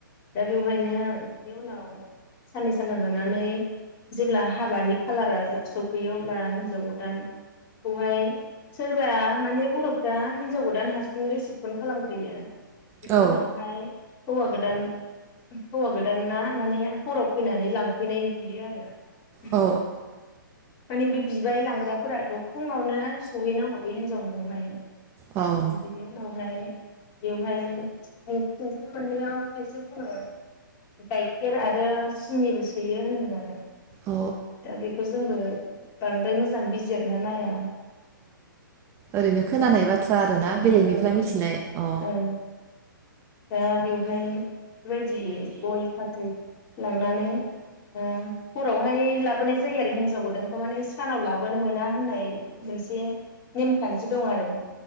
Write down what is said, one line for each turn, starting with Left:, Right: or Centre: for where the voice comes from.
Left: दा बेवहायनो बिनि उनाव साननै सानथाम थानानै जेब्ला हाबानि खालारा सफैयो अब्ला हिनजाव गोदानखौहाय सोर <unintelligible> माने बर'फ्रा हिनजाव गोदान हारसिङै रिसिपसन खालामग्रोयो बिनि
Right: औ
Left: उनावहाय हौवा गोदान हौवा गोदाना माने हराव फैनानै लांफैनाय नुयो आरो उम
Right: औ
Left: मानि बे बिबाय लांग्राफोराथ' फुङावनो सहैनांगौ बे हिन्जाव नाव हाय
Right: औ
Left: बिनि उनाव। ओमहाय बेवहाय थिं-थिंख्लि मोननैयाव खायसे बुङो गाइखेर आरो सिनिबो सोयो होनदों आरो
Right: औ
Left: दा बेखौ जों जोंबो बांद्राय मोजां बिजिरना नाया।
Right: ओरैनो खोनानाय
Left: दा
Right: बाथ्रा आरो
Left: औ
Right: ना बेलेगनिफ्राय
Left: औ
Right: मिथिनाय
Left: औ
Right: अ
Left: औ दा बेवहाय बेबायदि गय, फाथै लांनानै ओ हरावहाय लाबोनाय जायो आरो हिनजाव गोदानखौ माने सानाव लाबोनो मोना होननाय मोनसे नेमखान्थि दं आरो।